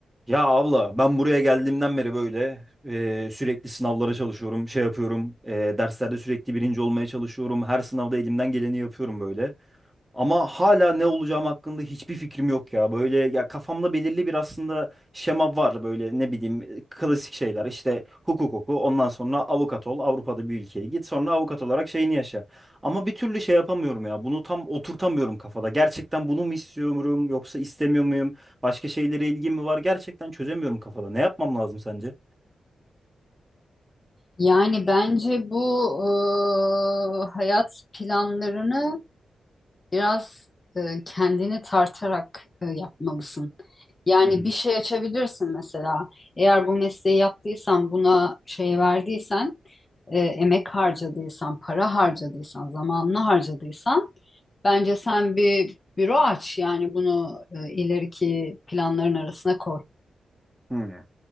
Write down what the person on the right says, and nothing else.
Ya abla ben buraya geldiğimden beri böyle e, sürekli sınavlara çalışıyorum, şey yapıyorum, e, derslerde sürekli birinci olmaya çalışıyorum. Her sınavda elimden geleni yapıyorum böyle. Ama hala ne olacağım hakkında hiçbir fikrim yok ya. Böyle ya kafamda belirli bir aslında şema var böyle ne bileyim e, klasik şeyler. İşte hukuk oku, ondan sonra avukat ol, Avrupa'da bir ülkeye git, sonra avukat olarak şeyini yaşa. Ama bir türlü şey yapamıyorum ya. Bunu tam oturtamıyorum kafada. Gerçekten bunu mu istiyorum yoksa istemiyor muyum? Başka şeylere ilgim mi var? Gerçekten çözemiyorum kafada. Ne yapmam lazım sence?
Hı hı.
Hı.